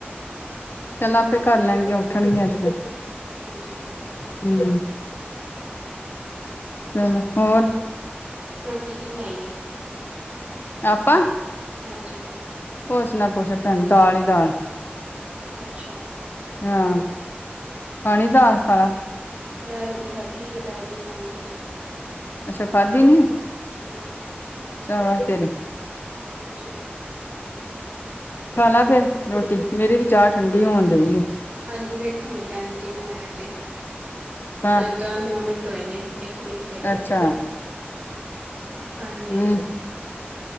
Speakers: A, on the left; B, on the right.
A: ਮਤੇ ਕਰ ਲੈਣਗੀਆਂ ਉੱਠਣਗੀਆਂ ਤੇ ਫ਼ਿਰ।
B: ਹਾਂਜੀ।
A: <unintelligible> ਚਲੋਂ, ਹੋਰ
B: ਰੋਟੀ ਕੀ ਬਣਾਈ ਐ।
A: ਆਪਾਂ।
B: ਹਾਂਜੀ।
A: ਕੁੱਛ ਨਾ ਪੁੱਛ ਭੈਣ ਦਾਲ ਈ ਦਾਲ।
B: ਅੱਛਾ।
A: ਹਾਂ, ਖਾਣੀ
B: ਅੱਛਾ
A: ਦਾਲ ਖਾਲਾ।
B: ਮੈਂ ਰੋਟੀ ਖਾਧੀ ਆ। ਦੁਪਹਿਰ ਦੀ ਖਾਣੀ ਹਜੇ।
A: ਅੱਛਾ ਖਾਧੀ ਨੀ।
B: <inaudible>
A: ਸ਼ਾਬਾਂਸ ਤੇਰੇ।
B: ਹਾਂਜੀ।
A: ਖਾ ਲਾ ਫ਼ਿਰ ਰੋਟੀ। ਮੇਰੀ ਵੀ ਚਾਹ ਠੰਡੀ ਹੋਣ ਡਈ ਹੈਂ।
B: ਹਾਂਜੀ ਵੇਖਣ ਟਾਈਮ ਕਿੰਨਾਂ ਹੋਇਆ ਜੇ।
A: ਹਾਂ
B: ਅਜੇ ਤਾਂ ਨੋ ਮਿੰਟ ਹੋਏ ਨੇਂ। ਇੱਕ ਮਿੰਟ ਪਿਆ।
A: ਅੱਛਾ।
B: ਹਾਂਜੀ।
A: ਹੂੰ